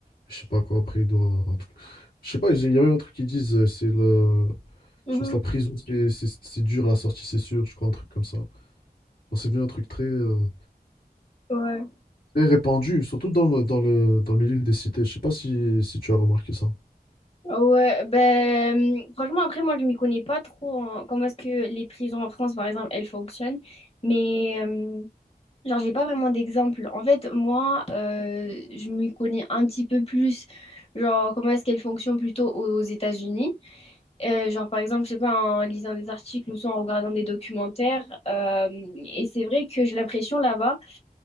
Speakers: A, on the left (about 65°); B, on the left (about 35°).
A: je sais pas quoi, après il doit... Je sais pas, il y a même un truc qui disent, euh, c'est le...
B: mhm,
A: Je pense que la prison, c'est c'est- c'est dur, la sortie, c'est sûr, je crois, un truc comme ça. Genre, C'est bien un truc très, euh,
B: ouais,
A: très répandu, surtout dans, le- dans le, dans le milieu des cités. Je sais pas si, si tu as remarqué ça.
B: Ah ouais, ben, hum, franchement, après, moi, je m'y connais pas trop en comment est-ce que les prisons en France, par exemple, elles fonctionnent, mais, hum, genre, j'ai pas vraiment d'exemple. En fait, moi, euh, je m'y connais un petit peu plus, genre, comment est-ce qu'elles fonctionnent plutôt aux États-Unis. Euh, genre, par exemple, je sais pas, en lisant des articles ou soit en regardant des documentaires, euh, et c'est vrai que j'ai l'impression là-bas,